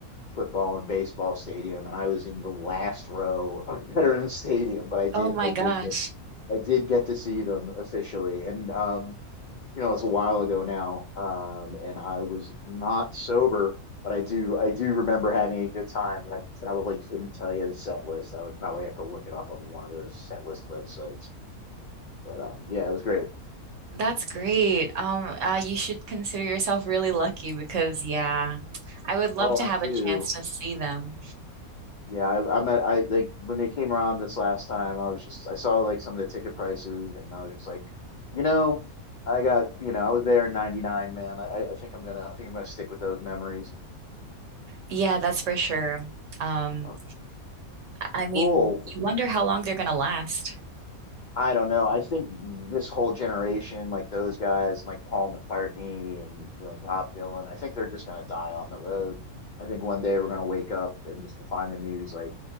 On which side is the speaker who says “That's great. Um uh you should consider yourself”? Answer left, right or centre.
Right